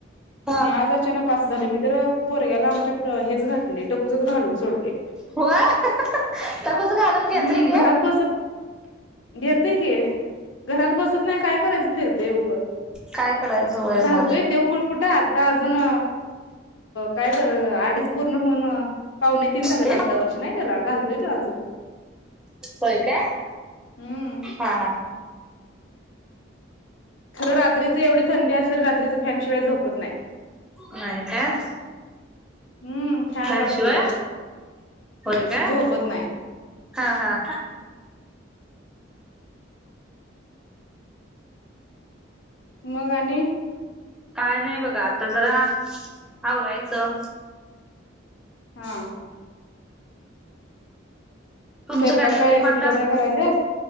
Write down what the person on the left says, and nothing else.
आणि आज अचानक आस झालय मी तर पोरग्याला आमच्या हेच घातले टकूचच घालून सोडले.
हम्
घरात बसत घेते की घरात बसत नाही काय करायचं फिरतेय उगं
घालतोय
तो कु कुठ आ ता आजून अ काय बरं आडीच पूर्ण होऊन पावणे तीन झालेत
आत्ता वर्ष नाही त्याला घालतोय तो आजुन
हम्म
खरं रात्रीच एवढी थंडी असलं र रात्रीचे फॅन शिवाय झोपत नाही.
हम् फॅन
लागतोय.
झोपत नाही.
मग आणि
हा.
स्वयंपाक
पूजा काय करायल्यात